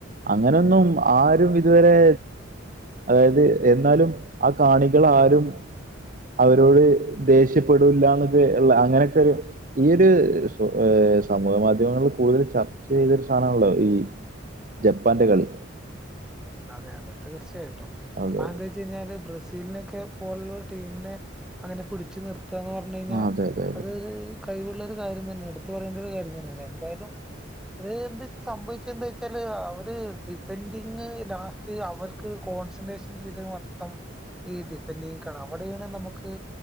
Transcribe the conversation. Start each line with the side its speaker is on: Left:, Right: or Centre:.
Right: അങ്ങനൊന്നും ആരും ഇതുവരെ അതായത് എന്നാലും ആഹ് കാണികൾ ആരും അവരോട് ദേഷ്യപ്പെടില്ലാന്നൊക്കെ ഉള്ള അങ്ങനെയൊക്കെ ഒരു ഈയൊരു ഏഹ് സമൂഹ മാധ്യമങ്ങൾ കൂടുതൽ ചർച്ച ചെയ്തൊരു സാധനമാണല്ലോ ഈ ജപ്പാന്റെ കളി
Centre: അതെ അതെ തീർച്ചയായിട്ടും
Right: അതെ
Centre: അതെന്താ
Right: അതെ
Centre: വച്ചാ ബ്രസീലിനക്കെ പോലുള്ള ടീമിനെ അങ്ങനെ പിടിച്ചു നിർത്താന്ന് പറഞ്ഞാല് പറഞ്ഞ് കഴിഞ്ഞാൽ
Right: ആ അതെ അതെ അതെ
Centre: അത് കഴിവുള്ളൊരു കാര്യം തന്നെയാണ് എടുത്തു പറയേണ്ട ഒരു കാര്യം തന്നെയാണ് എന്തായാലും അത് എന്താച്ച സംഭവിച്ച എന്താ വെച്ചാല് അവര് ഡിഫൻഡിങ് ലാസ്റ്റ് അവർക്ക് കോൺസെൻട്രേഷൻ ചെയ്ത മൊത്തം ഈ ഡിഫാൻറ്റി കാണ അവിടെയാണ് നമുക്ക്